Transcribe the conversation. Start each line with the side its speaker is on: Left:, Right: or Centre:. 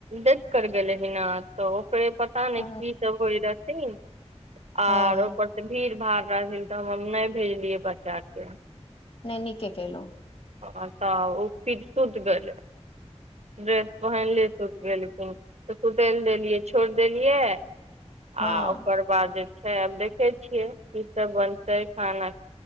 Right: देथ कर गेलै हना तऽ ओकरे प पता नाइ
Left: आ
Right: की रहथिन
Left: ह
Right: आर ओपर भीड़ भाड़ रहथि तऽ हम नहि भेजलियै बच्चाक के
Left: नहि नीके केलो
Right: ह तऽ ओ फिर सुति गेलै ड्रेस पहिन ले तऽ सुखल देलियै छोड़ देलियै आ
Left: हँ
Right: ओकर बाद जे छै आब देखे छियै की सब बनतै खाना